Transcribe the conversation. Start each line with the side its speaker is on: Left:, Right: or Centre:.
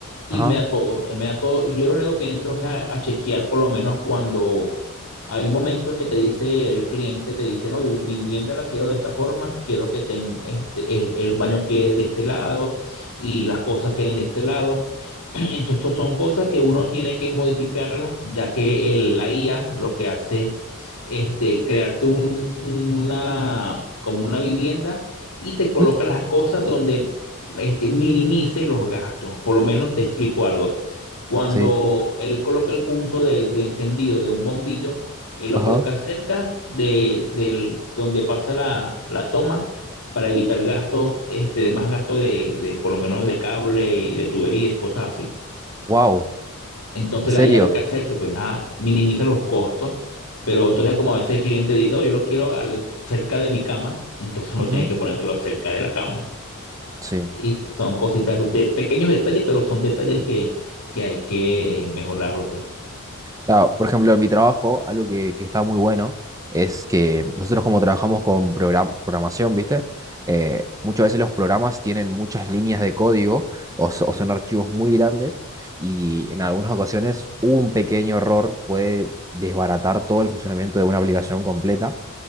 Left: y
Right: Ajá,
Left: me da todo, él me da todo y yo lo único que entro es a, a chequear por lo menos cuando hay momentos que te dice el cliente, te dice, no, yo mi vivienda la quiero de esta forma, quiero que ten- este, eh, el baño quede de este lado y las cosas queden de este lado. <clears throat> Entonces son cosas que uno tiene que modificarlas, ya que el- la IA lo que hace es este, crearte un- una, como una vivienda y te
Right: Ujú.
Left: coloca las cosas donde este, minimice los gastos. Por lo menos te explico algo. Cuando
Right: sí.
Left: él coloca el punto de, de encendido de un bombillo, él lo
Right: Ajá.
Left: coloca cerca de, del- donde pasa la, la toma para evitar gastos, este, de más gastos de, de, por lo menos de cable y de tuberías y cosas así.
Right: Wow,
Left: Entonces
Right: ¿en serio?
Left: la IA lo que hace es pues, ah, minimiza los costos, pero entonces como a veces el cliente dice, "Oh, yo lo quiero al, cerca de mi cama, entonces no
Right: Ujú.
Left: tiene que ponérselo cerca de la cama.
Right: Sí.
Left: Y son cositas de pequeños detalles, pero son detalles que, que hay que mejorarlo, pues.
Right: Claro, por ejemplo, en mi trabajo, algo que, que está muy bueno es que nosotros como trabajamos con program- programación, ¿viste? Eh, muchas veces los programas tienen muchas líneas de código o, so- o son archivos muy grandes y en algunas ocasiones un pequeño error puede desbaratar todo el funcionamiento de una aplicación completa